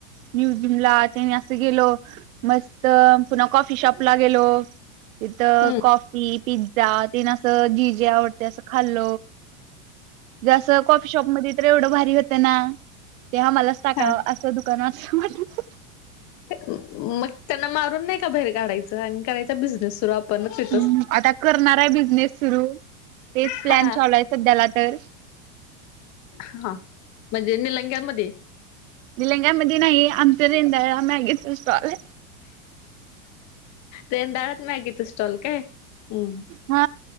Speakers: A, on the right; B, on the left.
A: म्युझियम ला तेन असं गेलो मस्त पुन्हा कॉफी शॉप ला गेलो तिथं
B: हम्म
A: कॉफी पिझ्झा तेन असं जी जी आवडतंय असं खाल्ल जं कॉफी शॉप मध्ये तर एवढं भारी होतं ना ते आम्हालाच टाकां
B: हा
A: असं दु पण अस वाटलं
B: मग त्यांना मारून नाही का बाहेर काढायचं करायचा बिझनेस सुरू आपणच तिथंच
A: हम्म आता करणार आहे बिझनेस सुरू तेच
B: हा.
A: प्लॅन चालू आहे सध्याला तर
B: हा म्हणजे निलंग्यांमध्ये
A: निलंग्या मध्ये नाही आमचं रेंदाळला मॅगीचं स्टॉल आहे
B: रेंदाळात मॅगीचा स्टॉल काय हम्म.
A: हा